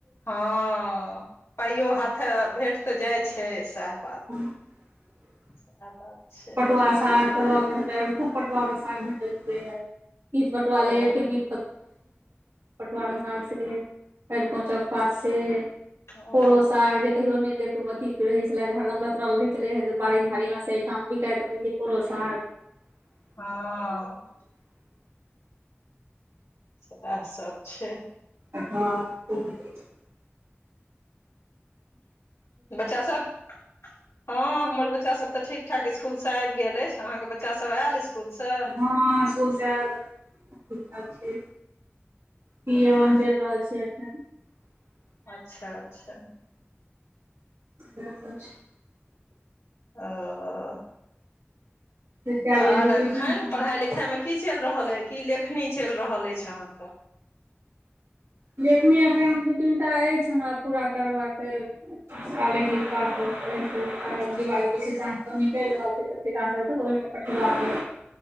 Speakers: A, on the left (about 85°); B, on the right (about 80°).
A: हँ पाइयो हाथे भेंट तऽ जाइ छै सएह बात
B: <unintelligible>
A: सेह बात छै
B: पटुआ साग ल के भे खूब पटुआ के साग भेटैतुे हे तीट पटुआ
A: ओ
B: लेब के म पतुआ से अरिकोंचक पातसँ से
A: ओ
B: पोड़ो साग जे कहियो नहि देख अथी रहै छले जे हरदम लतड़ ल रहै छले हे जे बाड़ी झाड़ी मे से ठ्बीतऽय त रह छै पुरो साग
A: हँ इएह सब छै
B: हँ ब <inaudible>
A: बच्चा सब हँ हमर बच्चा बच्चासभ तऽ ठीक ठाक इस्कुलसँ आबि गेल अछि अहाँके बच्चासभ आयल इस्कुलसँ
B: हँ इस्कूल सँ आएल ठीक ठाक छी पी ए बन चैल रहल छै एखन
A: अच्छा अच्छा
B: ब छै <inaudible>
A: ओ
B: चारि
A: आर
B: बजे से ट्यूशन
A: एखन
B: छै
A: पढ़ाई लिखाई मे की चैल रहल अछि की लेखनी चलि रहल अछि अहाँके
B: जखनी एखन दू तीनटा अछि हमरा पूरा करबाक काल भ पत दिवाली प स निकल रहै छै पत्रिका तऽ ओहिमे पठबाक अय